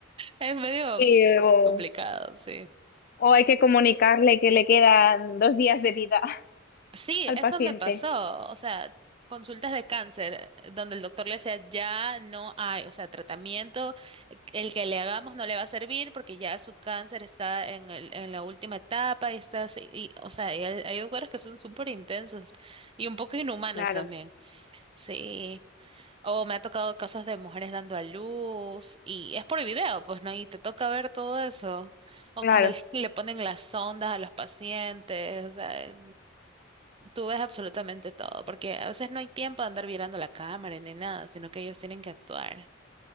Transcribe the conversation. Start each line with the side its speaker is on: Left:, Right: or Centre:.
Right: Es medio
Left: y, o,
Right: complicado, sí.
Left: o hay que comunicarle que le quedan dos días de vida <laughs>
Right: Sí,
Left: al
Right: eso
Left: paciente.
Right: me pasó. O sea, consultas de cáncer eh, donde el doctor le decía, ya no hay, o sea, tratamiento, eh, el que le hagamos no le va a servir porque ya su cáncer está en el- en la última etapa y está así. y, o sea, y hay, hay doctores que son súper intensos y un poco inhumanos
Left: Claro,
Right: también. Sí. O me ha tocado casos de mujeres dando a luz y es por video, pues no, y te toca ver todo eso. O
Left: claro,
Right: cuando <laughs> le le ponen las sondas a los pacientes, o sea, tú ves absolutamente todo, porque a veces no hay tiempo de andar mirando la cámara ni nada, sino que ellos tienen que actuar.